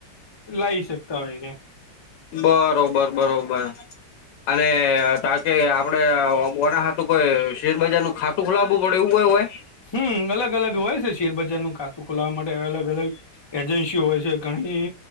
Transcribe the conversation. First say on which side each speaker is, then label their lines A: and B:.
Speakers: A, on the left; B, on the left.
A: લાવી શકતા હોયને
B: બરોબર બરોબર. અને તા કે આપડે ઓનાં હાટુ કોઈ શેરબજાર નું ખાતું ખોલાવું. હોવે.
A: હમ અલગ અલગ હોય છે શેરબજાર નું ખાતું ખોલાવા માટે અલગ અલગ એજન્સીઓ હોય છે. ઘણી